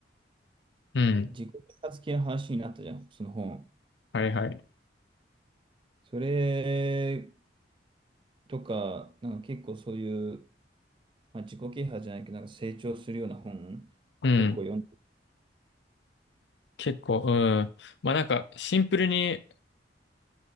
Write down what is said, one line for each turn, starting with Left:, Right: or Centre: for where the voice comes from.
Left: うん。
Right: 自己啓発系の話になったじゃん、その本。
Left: はいはい。
Right: それとか、なんか結構そういう、まあ、自己啓発じゃないけど、なんか成長するような本、
Left: うん。
Right: 結構読んで、
Left: 結構、うん。まあなんか、シンプルに